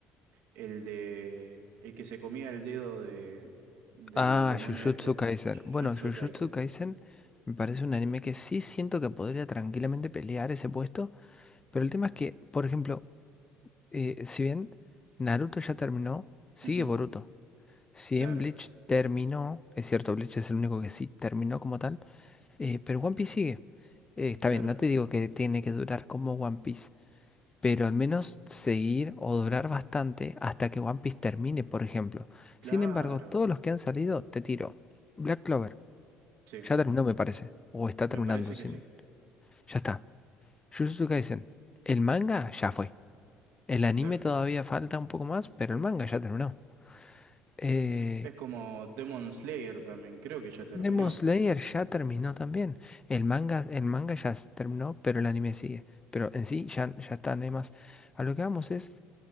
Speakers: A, on the right; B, on the left.
A: El de. El que se comía el dedo de, del
B: Ah,
A: demonio
B: Jujutsu
A: este.
B: Kaisen.
A: Jujutsu
B: Bueno, Jujutsu
A: Kaisen.
B: Kaisen me parece un anime que sí siento que podría tranquilamente pelear ese puesto, pero el tema es que, por ejemplo, eh, si bien Naruto ya terminó, sigue
A: Ujú,
B: Boruto. Si
A: Claro,
B: bien Bleach terminó, es cierto, Bleach es el único que sí terminó como tal, eh, pero One Piece sigue. Eh, está
A: claro,
B: bien, no te digo que tiene que durar como One Piece, pero al menos seguir o durar bastante hasta que One Piece termine, por ejemplo.
A: claro.
B: Sin embargo, todos los que han salido, te tiro. Black Clover.
A: Sí,
B: Ya terminó, me parece. O está
A: me
B: terminando,
A: parece
B: sin...
A: que sí,
B: Ya está. Jujutsu Kaisen. El manga ya fue. El anime
A: claro.
B: todavía falta un poco más, pero el manga ya terminó. Eh,
A: Es como Demon Slayer también, creo que ya terminó.
B: Demon Slayer ya terminó también. El manga, el manga ya s- terminó, pero el anime sigue. Pero en sí ya, ya está, no hay más. A lo que vamos es,